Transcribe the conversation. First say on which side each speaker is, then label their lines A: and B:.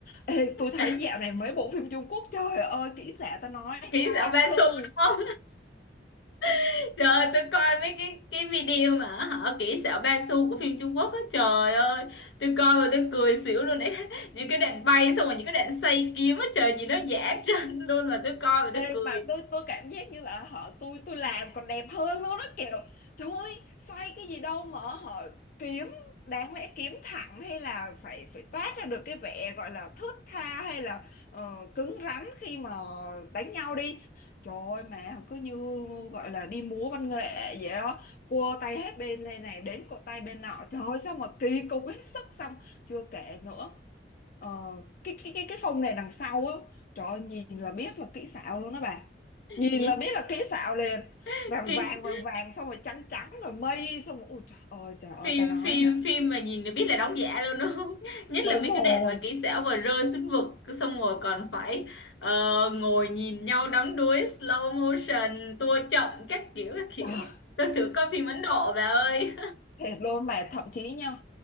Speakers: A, on the left (about 45°); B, on the left (about 75°).
A: Ê, tôi thấy
B: <laughs>
A: dạo này mấy bộ phim Trung Quốc trời ơi kỹ xảo ta nói
B: kỹ
A: ba
B: xảo ba
A: xu
B: xu đúng không <laughs> trời ơi, tôi coi mấy cái cái video mà họ kỹ xảo ba xu của phim Trung Quốc á trời ơi tôi coi mà tôi cười xỉu luôn ấy <laughs> những cái đoạn bay xong rồi những cái đoạn xoay kiếm á trời nhìn nó giả trân luôn mà tôi coi mà tôi
A: Ê,
B: cười
A: mà tôi tôi cảm giác như là họ tôi tôi làm còn đẹp hơn luôn đó kiểu trời ơi xoay cái gì đâu mà họ kiếm đáng lẽ kiếm thẳng hay là phải phải toát ra được cái vẻ gọi là thướt tha hay là ờ, cứng rắn khi mà đánh nhau đi trời ơi mà cứ như gọi là đi múa văn nghệ vậy đó cua tay hết bên này này đến cột tay bên nọ trời ơi sao mà kỳ cục hết sức xong chưa kể nữa Ờ, cái cái cái cái phông này đằng sau á trời ơi, nhìn là biết là kỹ xảo luôn đó bà nhìn
B: nhìn
A: là biết là kỹ xảo liền
B: <laughs>
A: vàng
B: phim
A: vàng vàng vàng xong rồi trắng trắng rồi mây xong rồi ui trời ơi trời ơi
B: phim
A: ta nói
B: phim
A: hả
B: phim mà nhìn là biết là đóng giả luôn đúng không <laughs> nhất
A: đúng
B: là mấy
A: rồi
B: cái đoạn mà kỹ xảo mà rơi xuống vực xong rồi còn phải ờ, ngồi nhìn nhau đắm đuối slow motion tua chậm các kiểu các kiểu
A: Trời.
B: tôi thử coi phim Ấn Độ bà ơi
A: thiệt luôn mà thậm chí nha